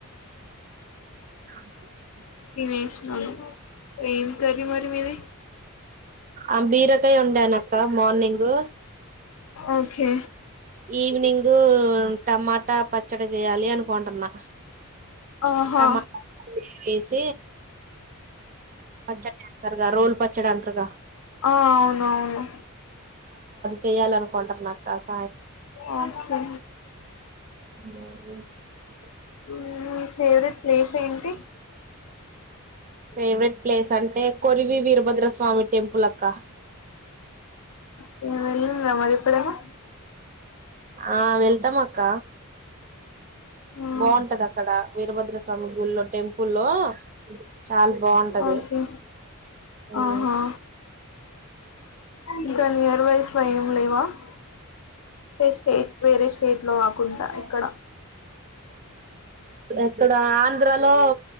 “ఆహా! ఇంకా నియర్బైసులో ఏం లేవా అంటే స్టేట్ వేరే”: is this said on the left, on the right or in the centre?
Left